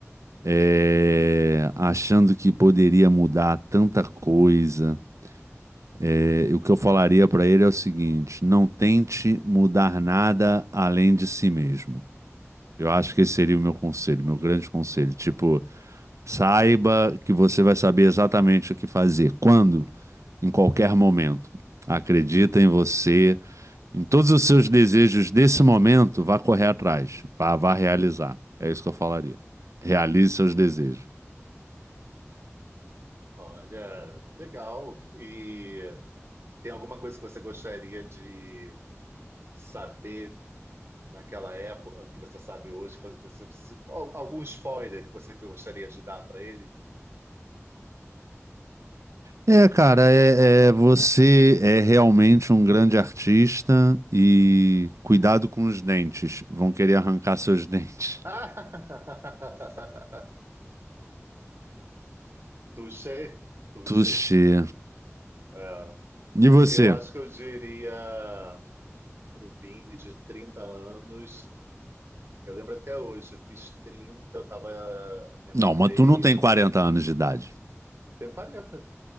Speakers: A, on the right; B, on the right.
A: é, achando que poderia mudar tanta coisa. É, e o que eu falaria pra ele é o seguinte: não tente mudar nada além de si mesmo. Eu acho que esse seria o meu conselho, meu grande conselho. Tipo, Saiba que você vai saber exatamente o que fazer, quando, em qualquer momento. Acredita em você, em todos os seus desejos desse momento, vá correr atrás, vá, vá realizar. É isso que eu falaria. Realize seus desejos.
B: Olha, legal. E tem alguma coisa que você gostaria de saber naquela época que você sabe hoje, que você, se- al- algum spoiler que você gostaria de dar para ele?
A: É, cara, é, é- você é realmente um grande artista e cuidado com os dentes. Vão querer arrancar seus <laughs> dentes.
B: <laughs> Touché, touché.
A: Tuxê.
B: É,
A: E você?
B: eu acho que eu diria pro Vini de 30 anos. Eu lembro até hoje, eu fiz 30, eu tava, minha mãe
A: Não, mas
B: veio.
A: tu não tem 40 anos de idade.
B: Eu tenho 40.